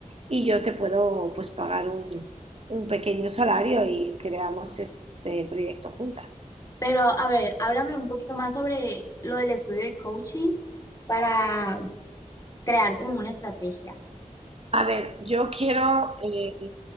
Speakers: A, on the right (about 50°); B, on the left (about 25°).
A: y yo te puedo pues pagar un, un pequeño salario y creamos este proyecto juntas.
B: Pero, a ver, háblame un poquito más sobre lo del estudio de coaching para crear como una estrategia.
A: A ver, yo quiero, eh,